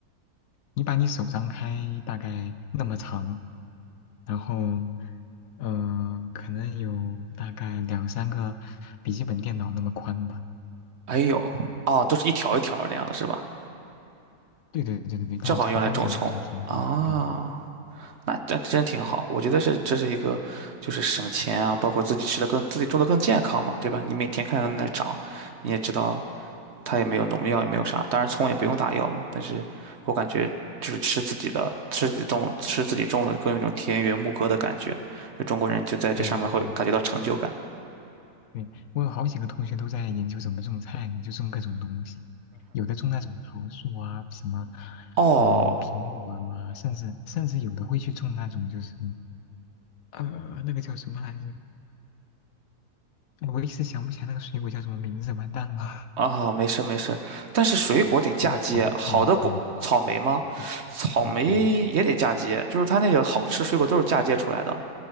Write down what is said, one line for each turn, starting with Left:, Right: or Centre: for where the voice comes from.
Left: 你把你手张开大概那么长，然后，嗯，可能有大概两三个笔记本电脑那么宽吧。
Right: 哎呦，哦，都是一条一条那样的是吧？
Left: 对对对对对，那种长方形的那种田地。
Right: 正好用来种葱啊。
Left: 对
Right: 那这真挺好，我觉得是这是一个，就是省钱啊，包括自己吃的更自己种的更健康嘛，对吧？你每天看它在那长，你也知道它也没有农药，也没有啥，当然葱也不用打药嘛。但是我感觉就是吃自己的，吃自己种，吃自己种的，更有一种田园牧歌的感觉。就中国人就在这上面会感觉到成就感。
Left: 对对对对对，我有好几个同学都在研究怎么种菜呢，就种各种东西，有的种那种桃树啊，什么，
Right: 哦，
Left: 嗯，苹果啊，甚至甚至有的会去种那种就是，呃，那个叫什么来着？哎我一时想不起来那个水果叫什么名字，完蛋了。
Right: 啊，
Left: <laughs>
Right: 没事没事，但是水果得嫁接，
Left: 嗯，不对，草莓，草莓，
Right: 好的果，
Left: 草莓。
Right: 草莓吗？
Left: 嗯，
Right: 草莓也得嫁接，
Left: 嗯对对对，
Right: 就是它那个好吃水果都是嫁接出来的。